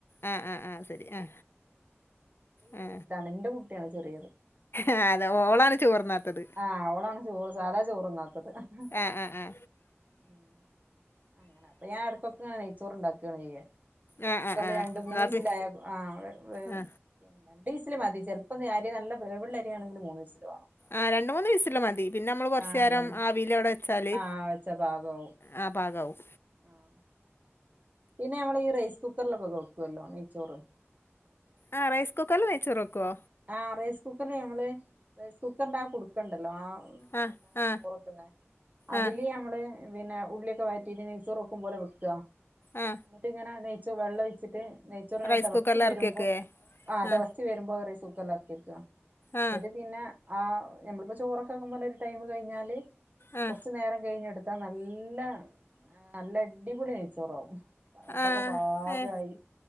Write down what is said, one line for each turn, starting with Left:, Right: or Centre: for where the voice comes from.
Left: ആ ആ ആ ആ ആ ശരി ആ ആ
Right: വലുതാണ് ഇന്റെ കുട്ട ട്ട്യാണ് ചെറ്യേ ത്
Left: ആ, അതെ ഓളാണ് ചോറ്ന്നാത്തത്
Right: ആഹ അവളാണ് ചോറ് സാധാ ചോറ്ന്നാത്തത് ഹ്
Left: ആ ആ ആ
Right: ഹ് അങ്ങനെ അപ്പൊ ഞാ എട്ക്കൊക്കെങ്ങന നെയ്ചോ ചോറ് ഉണ്ടാക്കാണൊ ചെയ്യ
Left: ആ
Right: ഇതല്ല
Left: ആ ആ
Right: രണ്ട് മൂന്ന്
Left: എന്നാ
Right: വിസിലായ
Left: പി
Right: ആഹ്
Left: ആ
Right: ഉം രണ്ട് വിസില് മതി ചെലപ്പന്ന് അരി നല്ല വേവുള്ള അരിയാണെങ്കി മൂന്ന് വിസില് വാണം
Left: ആ രണ്ട് മൂന്ന് വിസില്മതി പിന്നെ മ്മള് കൊറ്ചേരം
Right: ആഹ് അതന്നെ
Left: ആവീല് അടെ വെച്ചാല്
Right: ആഹ് വെച്ച പാകാവും
Left: ആ പാകാവും
Right: ആഹ് പിന്നെ ഞമ്മള് ഈ റൈസ് കുക്കറിലൊക്കെ കൊക്കൊല്ലോ നെയ്ച്ചോറ്
Left: ആഹ് റൈസ് കുക്കർല് വൈചോറെക്കൊ
Right: ആഹ റൈസ് കുക്കർല് ഞമ്മള് റൈസ് കുക്കറിന്ത ആ കുടുക്കണ്ടല്ലോ ആഹ്
Left: ആ
Right: പിന്നെ
Left: ആ
Right: ചോറക്കുന്നെ അതില്
Left: ആ
Right: നമ്മള് പിന്നെ ഉള്ള്യക്കെ വയറ്റിട്ട് നെയ് സോ റെക്കും പോലെ വെക്കൊ
Left: ആ
Right: എന്നിട്ട് ഇങ്ങനെ നൈ ച്ച്‌ വള്ളൊയ്ച്ചിട്ട്‌ നെയ്ച്ചോറ് ഞ
Left: റൈസ്
Right: തളച്ചു
Left: കുക്കറിൽ
Right: വരുമ്പോ
Left: എറക്കി വെക്കേ
Right: ആഹ്
Left: ആ
Right: തളച്ച് വരുമ്പോ റൈസ് കു ർലർക്ക്യക്ക
Left: ആ
Right: അത് പിന്ന ആ നമ്മളിപ്പോ ചോറൊക്കെ വെക്കും പോലെ ഒരു ടൈം കഴിഞ്ഞാല്
Left: ആ
Right: കുറച്ചു നേരം കഴിഞ്ഞ എടു ഇതാ നല്ല നല്ല അടിപൊളി നെയ്ച്ചോറാവും വെള്ളമൊക്കെ
Left: ആ
Right: പാകമായി
Left: ഏ